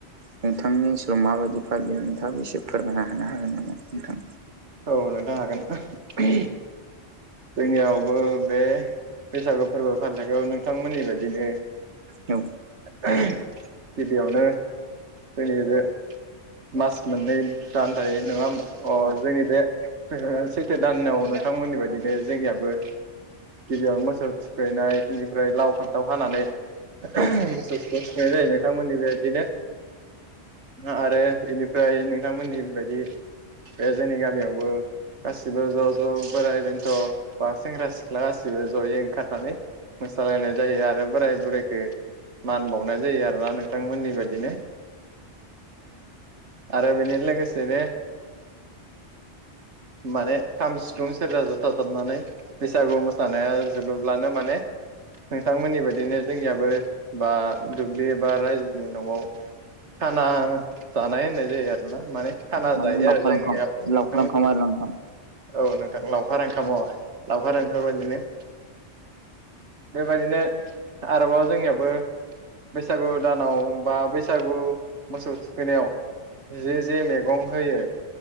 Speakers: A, on the right; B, on the right.
A: नोंथांनि ओनसोलाव माबायदि फालियो नोंथांङाबो एसे फोरमायना होनो हागोन नामा नोंथां
B: औ नोंथां हागोन जोंनियावबो बे बैसागु फोरबो फालिथाइखौ नोंथांमोननि बायदिनो
A: औ
B: <unintelligible> गिबियावनो जोंनि बे मास मोननै दानथायो नंङा होमबा? अ जोंनि बे सैथो दानाव नोंथांमोननि बायदिनो जोंनियाबो गिबियावनो मोसौ थुखैनाय बेनिफ्राय लाव फान्थाव हानानै मोसौखौ
A: औ
B: थुखैनाय जायो नोंथांमोननि बेबायदिनो आरो बेनिफ्राय नोंथांमोननिबायदि बे जोंनि गामियावबो गासिबो ज' ज' बोराय बेन्थ' बा सेंग्रा सिख्लागाबो जयै ओंखारनानै मोसालायनाय जायो आरो। बोराय बुरैखो मान बावनाय जायो आरोना नोंथांमोननि बायदिनो आरो बेनि लोगोसेनो माने खाम‌ सि सिफुं सेरजा जथााजाबनानै बैसागु मोसानाया जोबोब्लानो माने नोंथांमोननि बायदिनो जोंनियाबो बा दुब्लि एबा रायजोनि न'आव खाना जानाय होनाय जायो आरोना माने खाना
A: माने
B: जायो
A: लावखार
B: आरो जोंनि
A: ओंखाम
B: नोंथांमोननि
A: लावखार ओंखाम आरो नोंथां
B: औ नोंथां लावखार ओंखाम' लावखार ओंखारबायायदिनो बेबायदिनो आरोबाव जोंनियाबो बैसागु दानाव बा बैसागु बैसागु मोसौ थुखैनायाव जे जे मैगं होयो।